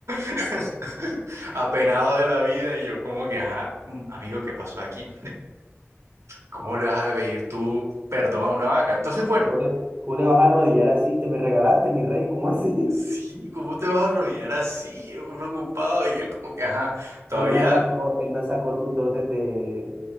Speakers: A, on the right (about 85°); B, on the right (about 35°).
A: <laughs> apenado de la vida. Y yo como que, ajá, mm, amigo, ¿qué pasó aquí? ¿Cómo le vas a pedir tú perdón a una vaca? Entonces, bueno,
B: ¿Cómo te, cómo te vas a arrodillar así? Te me regalaste, mi rey, ¿cómo así?
A: sí, ¿cómo te vas a arrodillar así, Yo preocupado? Y él como que, ajá,
B: <laughs>
A: todavía...
B: Él no sacó, él no sacó tus dotes de,